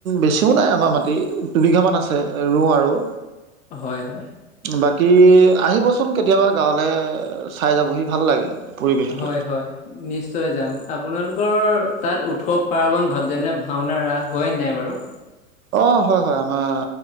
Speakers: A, on the right; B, on the left.
A: বেছিও নাই আমাৰ মাটি দুবিঘামান আছে। ৰোওঁ আৰু।
B: হয়, হয়।
A: বাকী আহিবচোন কেতিয়াবা গাঁৱলে চাই যাবহি ভাল লাগে। পৰিৱেশটো।
B: হয়, হয়। নিশ্চয় যাম, আপোনালোকৰ তাত উৎসৱ পাৰ্বণ ভাৱ যেনে ভাওনা ৰাস হয় নাই বাৰু?
A: অ', হয়, হয় আমাৰ